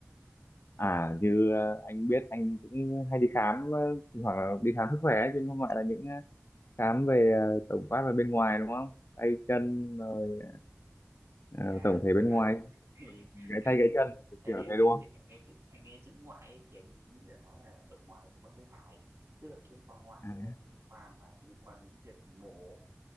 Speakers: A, on the left; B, on the right.
A: À như ờ, anh biết anh cũng hay đi khám ờ, hoặc là đi khám sức khỏe ấy, chứ không phải là những ờ, khám về ờ, tổng quát về bên ngoài đúng không? Tay chân rồi ờ,
B: à
A: tổng
B: thật
A: thể bên
B: ra
A: ngoài
B: là <laughs>
A: rồi gãy
B: cái
A: tay
B: đấy
A: gãy
B: là
A: chân
B: anh
A: kiểu
B: tại
A: kiểu
B: vì anh
A: thế
B: nghe
A: đúng không?
B: chữ anh nghe chữ anh nghe chữ ngoại ấy, thì anh nghĩ là nó là ở ngoài nhưng mà không phải tức là chuyên khoa ngoại
A: À,
B: là chuyên khoa mà liên quan đến việc mổ